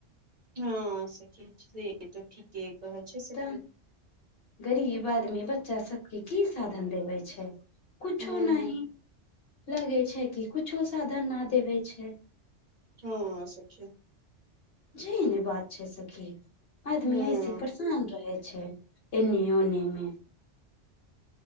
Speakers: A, on the right (about 45°); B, on the left (about 55°).
A: हँ सखी से त ठीके कहै छै सखी
B: तऽ गरीब आदमी बच्चा सबके की साधन देवे छै कुछो
A: हँ
B: नी लगे छै कि कुछो साधन न देवे छै
A: हँ सखी
B: जी नहि, बात छै सखी। आदमी
A: हँ
B: एहीसँ परेशान रहे छै एने ओने मे